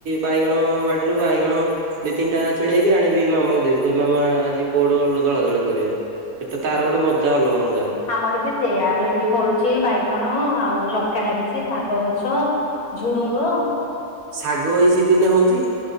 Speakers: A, on the right; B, on the left.
A: ବାଇଗଣ ବାଡିରୁ ବାଇଗଣ ଦି ତିନିଟା ଛିଡେଇବି ଆଣିବି ମାମାକୁ ଦେବି କହିବି ମାମା ଆଜି ପୋଡ ଦଳା ଦଳି କରିବା ଏଟା ତାର
B: ହୁଁ।
A: ଗୋଟେ ମଜା ଅଲଗା ମଜା।
B: ଆମର ବି ସେଇଆ ଭେଣ୍ଡି ଫଳୁଚି ବାଇଗଣ ଆଉ ଲଙ୍କା ଲାଗିଚି ଶାଗ ଗଛ ଝୁଡୁଙ୍ଗ।
A: ଶାଗ ଏଇ ସିଜିନ୍ ରେ ହଉଚି?